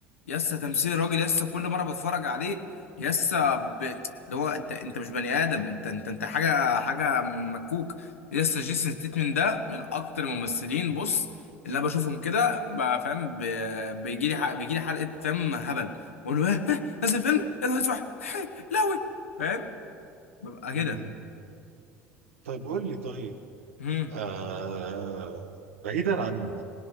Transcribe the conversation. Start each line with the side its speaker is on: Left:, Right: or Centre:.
Left: يا اسطى تمثيل الراجل يا اسطى كل مره بتفرج عليه يا اسطى ب... اللي هو انت انت مش بني ادم انت انت انت حاجه حاجه مكوك يا اسطى جيسون ستيتمن ده من اكتر الممثلين بص اللي انا بشوفهم كده ب- فاهم ب... بيجي لي ح... بيجي لي حلقه فاهم هبل بقول له ايه إيه؟ نازل فيلم ايه ده اسمع إيه، لوي <laughs> فاهم ببقى كده
Right: مم. طيب قول لي طيب
Left: امم
Right: آه... بعيدا عن